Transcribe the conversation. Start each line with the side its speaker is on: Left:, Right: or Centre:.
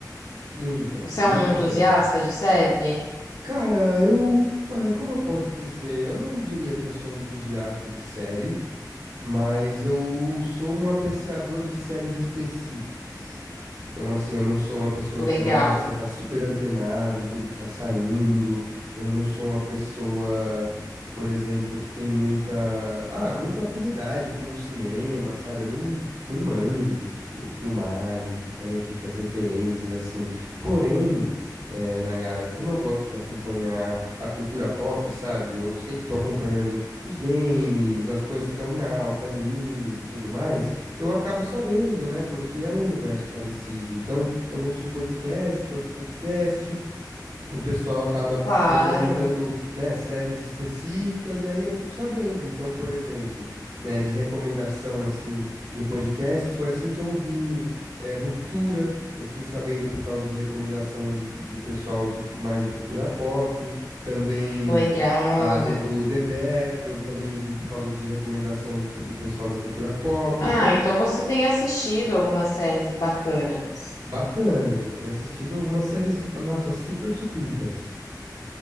Right: Muita,
Left: Você
Right: muita,
Left: é um entusiasta
Right: sério.
Left: de série?
Right: Cara, eu. Ai, como eu posso dizer? Eu não diria que eu sou um entusiasta de série, Mas eu sou um apreciador de séries específicas. Então, assim, eu não sou uma pessoa
Left: Legal.
Right: que, nossa, tá super antenado em tudo que tá saindo. Eu não sou uma pessoa, por exemplo, que tem muita, ah, muita afinidade com o cinema, sabe? Eu não, não manjo de, tipo, filmagens e técnicas, referências, assim. Porém, eh, Nayara, como eu gosto de acompanhar a cultura pop, sabe? Eu sempre tô acompanhando os games, as coisas que estão em alta, animes e tudo mais, eu acabo sabendo, né? Porque é um universo parecido. Então, eu ouço um podcast, outro podcast, o pessoal acaba
Left: Claro,
Right: recomendando, né, séries específicas e aí eu fico sabendo. Então, por exemplo, né, de recomendação assim de podcast, foi assim que eu vi eh, Ruptura, eu fiquei sabendo por causa de recomendação do pessoal de mais de cultura pop, também
Left: legal.
Right: a De- o The Bear, eu também vi por causa de recomendação de- do pessoal da cultura pop.
Left: Ah,
Right: Então,
Left: então você tem assistido algumas séries bacanas.
Right: bacanas, eu tenho assistido algumas séries, nossa, super supimpas.